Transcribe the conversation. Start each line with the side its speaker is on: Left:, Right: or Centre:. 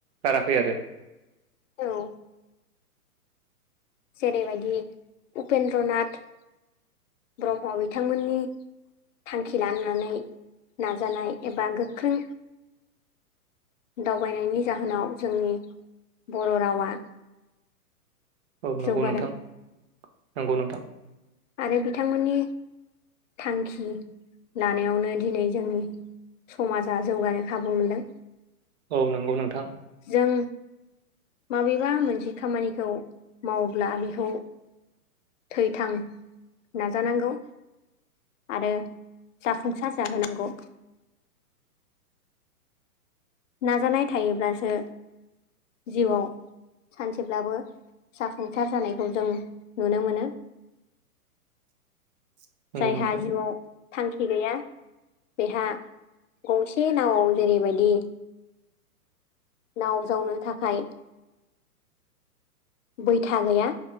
Right: गाराखै आरो
Left: औ जेरैबायदि उपेन्द्र नाथ ब्रह्म बिथांमोननि थांखि लानानै नाजानाय एबा गोख्रों दावबायनायनि जाहोनाव जोंनि बर' रावा
Right: औ नंगौ
Left: जौगादों
Right: नोंथां नंगौ नोंथां
Left: आरो बिथांमोननि थांखि लानायावनो दिनै जोंनि समाजा जौगानो खाबु मोनदों
Right: औ नंगौ नोंथां
Left: जों माबेबा मोनसे खामानिखौ मावोब्ला बेखौ थै थां नाजानांगौ आरो जाफुंसार जाहोनांगौ
Right: <inaudible>
Left: नाजानाय थायोब्लासो जिउआव सानसेब्लाबो जाफुंसार जानायखौ जों नुनो मोनो
Right: <inaudible> नंगौ
Left: जायहा
Right: नोंथां
Left: जिउआव थांखि गैया बेहा गंसे नावाव जेरैबायदि नाव जावनो थाखाय बैथा गैया